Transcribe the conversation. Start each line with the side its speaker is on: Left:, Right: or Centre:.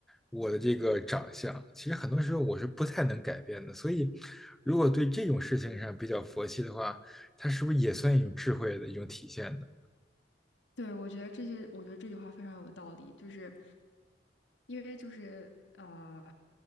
Centre: 我的这个长相，其实很多时候我是不太能改变的。所以如果对这种事情上比较佛系的话，它是不是也算一种智慧的一种体现呢？
Left: 对，我觉得这些，我觉得这句话非常有道理，就是因为就是呃，